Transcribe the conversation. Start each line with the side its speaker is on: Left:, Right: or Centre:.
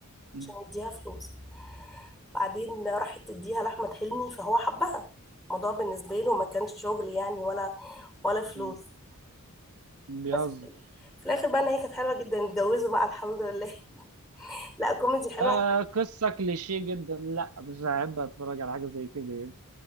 Right: مم.
Centre: عشان يديها فلوس بعدين راحت تديها لأحمد حلمي فهو حبها الموضوع بالنسبة له ما كانش شغل يعني ولا ولا فلوس
Right: مم. بيهزر
Centre: بس في الآخر بقى إن هي كانت حلوة جدا اتجوزوا بقى الحمد لله <laughs> لا كوميدي حلوة
Right: آه قصة كليشيه جدا لا مش هحب اتفرج على حاجة زي كده يعني